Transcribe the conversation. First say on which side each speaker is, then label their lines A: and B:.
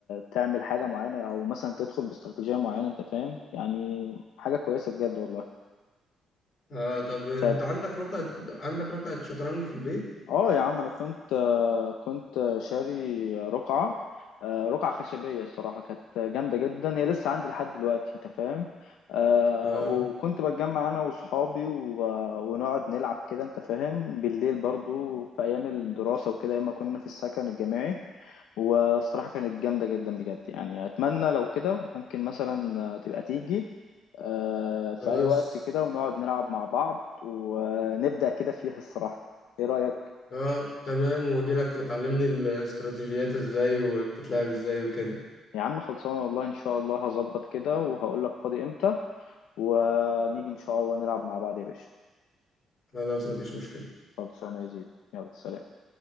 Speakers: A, on the left; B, on the left.
A: تعمل حاجه معينه او مثلا تدخل باستراتيجيه معينه انت فاهم يعني حاجه كويسه بجد والله
B: آه طب انت
A: طيب
B: عندك رقعة عندك رقعة شطرنج في البيت؟
A: اه يا عم انا كنت آه، كنت شاري رقعه آه، رقعه خشبيه الصراحه كانت جامده جدا هي لسه عندي لحد دلوقتي انت فاهم آه،
B: آه.
A: وكنت بتجمع انا واصحابي و- ونقعد نلعب كده انت فاهم بالليل برضو في ايام الدراسه وكده ايام ما كنا في السكن الجامعي والصراحه كانت جامده جدا بجد يعني اتمنى لو كده ممكن مثلا آه، تبقى تيجي آه، في
B: خلاص
A: اي وقت كده ونقعد نلعب مع بعض ونبدا كده فيها الصراحه ايه رايك
B: اه تمام واجي لك وتعلمني الاستراتيجيات ازاي وبتتلعب ازاي وكده
A: يا عم خلصانة والله إن شاء الله هظبط كده وهقول لك فاضي إمتى ونيجي إن شاء الله نلعب مع بعض يا باشا
B: خلاص مفيش مشكلة
A: خلصانة يا زيد يلا سلام